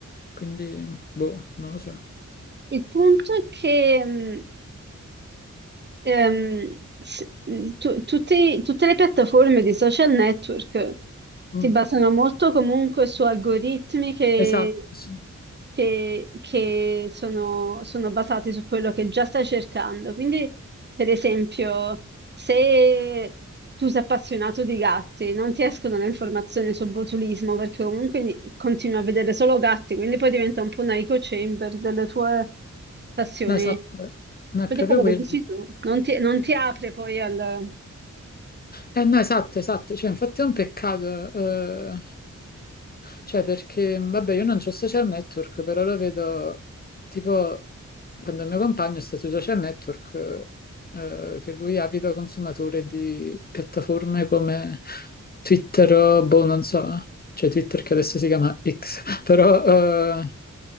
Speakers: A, on the left (about 35°); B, on the right (about 35°).
A: Quindi, boh, non lo so.
B: il punto è che... mh, ehm, s- tu- tutti- tutte le piattaforme di social network
A: Mm,
B: si basano molto comunque su algoritmi che,
A: Esatto, sì.
B: che- che sono, sono basati su quello che già stai cercando. Quindi, per esempio, se tu sei appassionato di gatti, non ti escono le informazioni sul botulismo perché comunque ni- continui a vedere solo gatti, quindi poi diventa un po' una echo chamber delle tue passioni.
A: No, esatto. No, è
B: Vedi
A: proprio
B: quello
A: quello.
B: che dici tu, non ti, non ti apre poi al...
A: Eh, no, esatto, esatto. Cioè, infatti è un peccato. eh, Cioè, perché, vabbè, io non ho social network, però lo vedo, tipo, quando il mio compagno sta sui social network, eh, che lui è avido consumatore di piattaforme come Twitter o, boh, non so, cioè Twitter che adesso si chiama X, <laughs> però, eh,